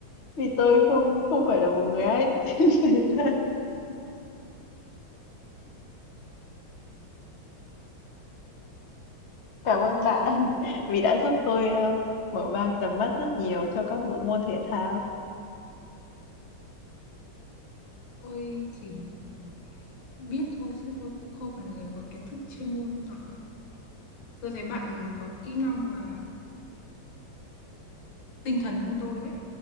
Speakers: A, on the left; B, on the left.
A: Vì tôi không không phải là một người hay <laughs> xem thể thao. Cảm ơn bạn <laughs> vì đã giúp tôi ờ, mở mang tầm mắt rất nhiều cho các bộ môn thể thao.
B: Tôi chỉ biết thôi chứ tôi cũng không phải là người có kiến thức chuyên môn giỏi. Tôi thấy bạn có kỹ năng và tinh thần hơn tôi đấy.